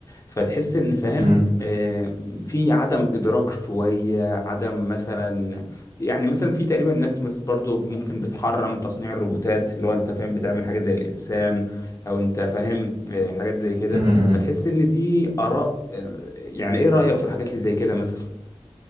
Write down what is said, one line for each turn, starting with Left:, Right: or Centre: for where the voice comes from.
Left: فتحس ان فاهم
Right: مم.
Left: آه، في عدم ادراك شوية عدم مثلا يعني مثلا في تقريبا ناس مثلا برضو ممكن بتحرم تصنيع الروبوتات اللي هو انت فاهم بتعمل حاجة زي الانسان او انت فاهم آه، حاجات زي كده
Right: مم. مم.
Left: فتحس ان دي اراء آه، يعني ايه رايك في الحاجات اللي زي كده مثلا